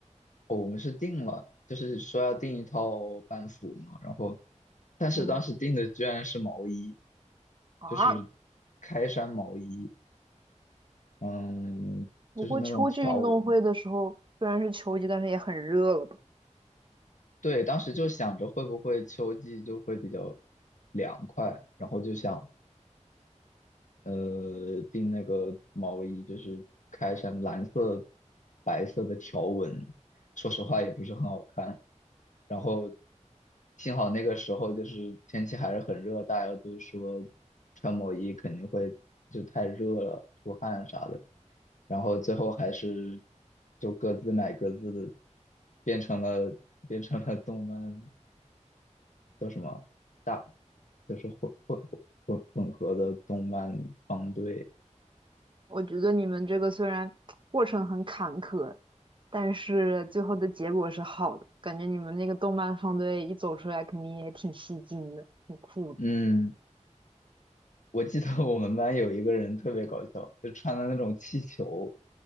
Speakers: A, on the left; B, on the right.
A: 哦我们是定了，就是说要定一套班服嘛，然后但是当时定的居然是毛衣，
B: 嗯啊，
A: 就是开衫毛衣，嗯，
B: 不过秋季运动会的时候虽然是秋季，
A: 就是那种条纹。
B: 但是也很热了吧？
A: 对，当时就想着会不会秋季就会比较凉快，然后就想呃，订那个毛衣，就是开成蓝色、白色的条纹，说实话也不是很好看。
B: 嗯
A: 然后幸好那个时候就是天气还是很热，大家都说穿毛衣肯定会就太热了，出汗啥的。然后最后还是就各自买各自的，变成了变成了动漫叫什么大，就是混混混混合的动漫方队。
B: 我觉得你们这个虽然过程很坎坷，但是最后的结果是好的。感觉你们那个动漫方队一走出来，肯定也挺吸睛的，很酷的。
A: 嗯，我记得我们班有一个人特别搞笑，就穿的那种气球，